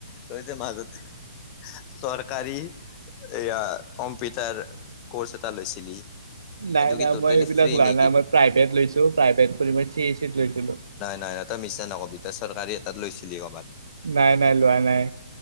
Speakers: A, on the left (about 25°); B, on the right (about 65°).
A: তই যে মাজতে চৰকাৰী এয়া কম্পিউটাৰ কৰ্চ এটা লৈছিলি
B: নাই-নাই
A: সেইটো কি টটেলি
B: মই এইবিলাক
A: ফ্ৰী
B: লোৱা
A: নেকি?
B: নাই, মই প্ৰাইভট লৈছো প্ৰাইভেট কৰি মই চি এ চি ত লৈছিলো।
A: নাই-নাই তই মিছা নক'বি তই চৰকাৰী এট লৈছিলি ক'বাত।
B: নাই-নাই লোৱা নাই।